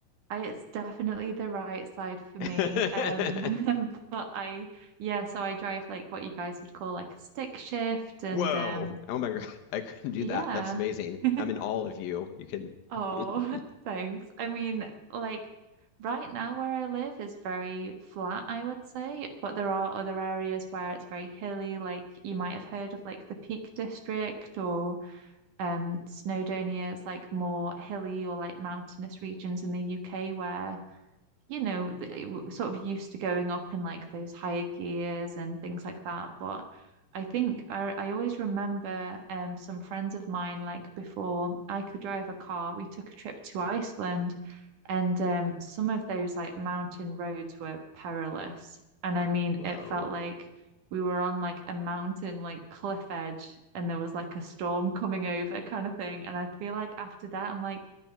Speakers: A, on the right; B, on the left.
A: I, it's definitely the right side for me.
B: <laughs>
A: Um, <laughs> but I, yeah, so I drive like what you guys would call like a stick shift and
B: Whoa!
A: um,
B: Oh my God, <laughs> I couldn't do
A: yeah.
B: that. That's amazing.
A: <laughs>
B: I'm in all of you. You can. <laughs>
A: Oh, <laughs> thanks. I mean, like right now where I live is very flat, I would say, but there are other areas where it's very hilly, like you might have heard of like the Peak District or um Snowdonia. It's like more hilly or like mountainous regions in the UK where you know, the, w- sort of used to going up in like those higher gears and things like that. But I think I, I always remember um, some friends of mine, like before I could drive a car, we took a trip to Iceland and um, some of those like mountain roads were perilous. And I mean,
B: Whoa.
A: it felt like we were on like a mountain, like cliff edge, and there was like a storm coming over kind of thing. And I feel like after that, I'm like,